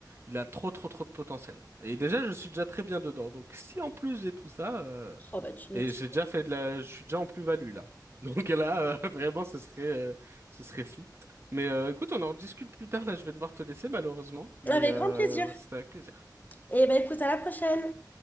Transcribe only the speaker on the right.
il a trop, trop, trop de potentiel. Et déjà, je suis déjà très bien dedans. Donc, si en plus j'ai tout ça, euh,
Et
j'ai déjà fait de la, je suis déjà en plus-value là. <laughs> Donc là, euh, <laughs> vraiment, ce serait, euh, ce serait fou. Mais euh, écoute, on en rediscute plus tard. Là, je vais devoir te laisser malheureusement, mais
euh,
c'était avec plaisir.